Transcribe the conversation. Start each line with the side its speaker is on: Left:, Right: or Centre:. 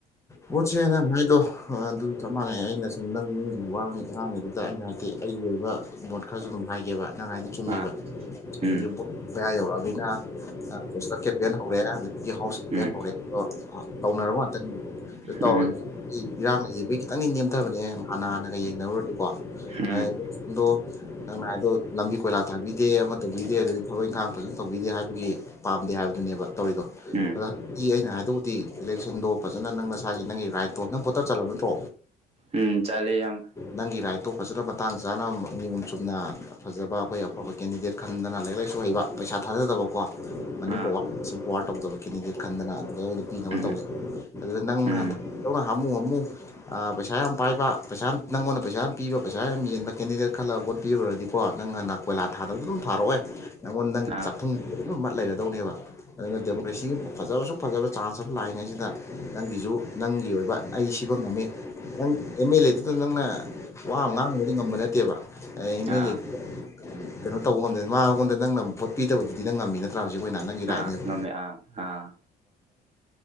Left: ꯕꯣꯠꯁꯦ ꯅꯪ ꯍꯥꯏꯗꯣ ꯑꯗꯨ ꯆꯞ ꯃꯥꯟꯅꯩ ꯑꯩꯅ ꯁꯨꯝ ꯅꯪ ꯋꯥ ꯉꯥꯡꯉꯤꯗꯨꯗ ꯑꯩꯅ ꯍꯥꯏꯗꯤ ꯑꯩꯒꯤ ꯑꯣꯏꯕ ꯃꯣꯠ ꯈꯔꯁꯨ ꯑꯗꯨꯝ ꯍꯥꯏꯒꯦꯕ ꯅꯪ ꯍꯥꯏꯗꯣ ꯆꯨꯝꯃꯦꯕ
Right: ꯑꯥ ꯎꯝ
Left: ꯍꯧꯖꯤꯛ ꯕꯣꯠ ꯃꯌꯥ ꯌꯧꯔꯛ ꯑꯝꯅꯤꯅ ꯄꯣꯁꯇꯔ ꯀꯦꯝꯄꯦꯟ ꯍꯧꯔꯦ ꯑꯗꯒꯤ ꯍꯥꯎꯁ ꯀꯦꯝꯄꯦꯟ
Right: ꯎꯝ
Left: ꯍꯧꯔꯦ ꯑꯗꯣ ꯇꯧꯅꯔꯕ ꯉꯥꯛꯇꯅꯤ ꯑꯗꯨ ꯇꯧꯔꯒ
Right: ꯎꯝ
Left: ꯑꯩ ꯏꯔꯥꯡ ꯂꯩꯕꯒꯤ ꯈꯤꯇꯪꯗꯤ ꯅꯦꯝꯊꯕꯅꯦ ꯍꯥꯟꯅ ꯍꯥꯟꯅꯒ ꯌꯦꯡꯅꯔꯨꯔꯗꯤꯀꯣ
Right: ꯎꯝ
Left: ꯑꯥꯏ ꯒꯣ ꯅꯪꯅ ꯍꯥꯏꯕꯗꯣ ꯂꯝꯕꯤ ꯀꯣꯏꯂꯥ ꯊꯥꯕꯤꯗꯦ ꯑꯃ ꯇꯧꯕꯤꯗꯦ ꯑꯗꯒꯤ ꯊꯕꯛ ꯏꯪꯈꯥꯡ ꯐꯖꯅ ꯇꯧꯕꯤꯗꯦ ꯍꯥꯏꯕꯒꯤ ꯄꯥꯝꯗꯦ ꯍꯥꯏꯕꯗꯨꯅꯦꯕ ꯇꯧꯔꯤꯗꯣ
Right: ꯎꯝ
Left: ꯑꯩꯅ ꯍꯥꯏꯗꯧꯗꯤ ꯏꯂꯦꯛꯁꯟꯗꯣ ꯐꯖꯅ ꯅꯪ ꯅꯁꯥꯒꯤ ꯅꯪꯒꯤ ꯔꯥꯏꯠꯇꯣ ꯅꯪ ꯚꯣꯇꯔ ꯆꯠꯂꯕ ꯅꯠꯇ꯭ꯔꯣ
Right: ꯎꯝ ꯆꯠꯂꯦ ꯌꯥꯝꯕ
Left: ꯅꯪꯒꯤ ꯔꯥꯏꯠ ꯇꯣ ꯐꯖꯅ ꯃꯇꯥꯡ ꯆꯥꯅ ꯅꯤꯌꯣꯝ ꯆꯨꯝꯅ ꯐꯖꯕ ꯑꯩꯈꯣꯏ ꯑꯐꯕ ꯀꯦꯟꯗꯤꯗꯦꯠ ꯈꯟꯗꯅ ꯂꯥꯏꯔꯤꯛ ꯂꯥꯏꯁꯨ ꯍꯩꯕ ꯄꯩꯁꯥ ꯊꯥꯗꯕꯀꯣ ꯃꯅꯤ
Right: ꯑꯥ
Left: ꯄꯥꯎꯋꯔ ꯃꯁꯜ ꯄꯥꯎꯋꯔ ꯇꯧꯗꯕ ꯀꯦꯟꯗꯤꯗꯦꯠ ꯈꯟꯗꯅ ꯑꯗꯨꯗ ꯑꯣꯏꯅ ꯄꯤꯅꯕ
Right: ꯎꯝ
Left: ꯇꯧꯁꯦ ꯑꯗꯨꯗ ꯅꯪꯅ
Right: ꯎꯝ
Left: ꯍꯥꯟꯅ ꯗꯧꯅ ꯑꯗꯨꯝ ꯍꯥꯝꯃꯨ ꯍꯥꯝꯃꯨ ꯑꯥ ꯄꯩꯁꯥ ꯌꯥꯝ ꯄꯥꯏꯕ ꯄꯩꯁꯥ ꯌꯥꯝ ꯅꯪꯉꯣꯟꯗ ꯄꯩꯁꯥ ꯌꯥꯝ ꯄꯤꯕ ꯄꯩꯁꯥ ꯌꯥꯝ ꯌꯦꯟꯕ ꯀꯦꯟꯗꯤꯗꯦꯠ ꯈꯜꯂꯒ ꯕꯣꯠ ꯄꯤꯔꯨꯔꯗꯤꯀꯣ ꯅꯪꯅ ꯀꯣꯏꯂꯥ ꯊꯗꯕꯗꯣ ꯑꯗꯨꯝ ꯊꯥꯔꯛꯑꯣꯢ ꯅꯪꯉꯣꯟꯗ ꯅꯪ
Right: ꯑꯥ
Left: ꯆꯥꯛꯊꯨꯡ ꯗꯨꯝ ꯃꯠ ꯂꯩꯔꯗꯧꯅꯦꯕ ꯑꯗꯨꯅ ꯗꯦꯃꯣꯀ꯭ꯔꯦꯁꯤꯒꯤ ꯐꯖꯕꯁꯨ ꯐꯖꯕ ꯆꯥꯟꯁ ꯑꯃ ꯂꯥꯛꯏꯉꯩꯁꯤꯗ ꯅꯪꯒꯤꯁꯨ ꯅꯪꯒꯤ ꯑꯣꯏꯕ ꯑꯩ ꯁꯤꯕꯧ ꯉꯝꯃꯤ ꯅꯪ ꯑꯦꯝ ꯑꯦꯜ ꯑꯦꯗꯨꯗ ꯅꯪꯅ ꯋꯥ ꯑꯃ ꯉꯥꯡꯉꯨꯕꯗꯤ ꯉꯝꯕ ꯅꯠꯇꯦꯕ ꯑꯦꯝ
Right: ꯑꯥ
Left: ꯑꯦꯜ ꯑꯦ ꯀꯩꯅꯣ ꯇꯧꯕ ꯉꯝꯗꯅ ꯃꯥꯉꯣꯟꯗ ꯅꯪꯅ ꯚꯣꯠ ꯄꯤꯗꯕꯗꯨꯗꯤ ꯅꯪ ꯉꯝꯃꯤ ꯅꯠꯇ꯭ꯔ ꯍꯧꯖꯤꯛ ꯑꯣꯏꯅ ꯅꯪꯒꯤ ꯔꯥꯏꯠꯅꯦꯕ
Right: ꯑꯥ ꯉꯝꯃꯦ ꯑꯥ ꯑꯥ